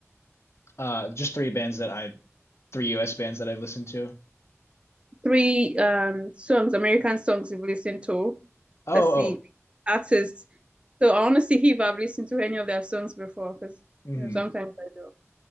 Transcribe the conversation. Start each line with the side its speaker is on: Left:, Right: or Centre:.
Left: Uh, just three bands that I, three US bands that I've listened to.
Right: three um songs, American songs you've listened to.
Left: Oh,
Right: Let's see,
Left: oh.
Right: artists. So I want to see if I've listened to any of their songs before, because
Left: hmm
Right: you know sometimes I